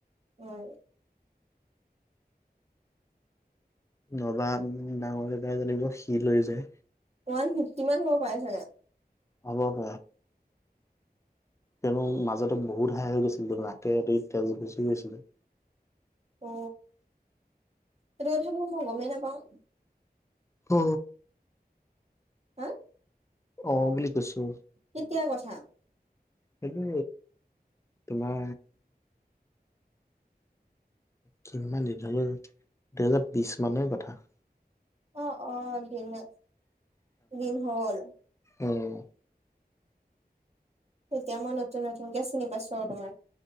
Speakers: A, on the right; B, on the left.
A: উম
B: নবা ডাঙৰ দাদাই জানিব সি লৈ যায়
A: ওৱান ফিফটি মান হ'ব পাৰে চাগে
B: হ'ব হ'ব তেওঁৰো মাজতে বহুত হাই হৈ গৈছিল নাকেদি তেজ গুচি গৈছিলে
A: অ এই কথাটো মই গমেই নাপাওঁ
B: হু
A: হা
B: অ বুলি কৈছো
A: কেতিয়া কথা
B: সেইটো তোমাৰ কিমান দিন হল অঁ দুহেজাৰ বিশ মানৰ কথা
A: অ অ দিন দিন হ'ল
B: উম
A: এতিয়া মই নতুন নতুনকে চিনি পাইছো আৰু তোমাক।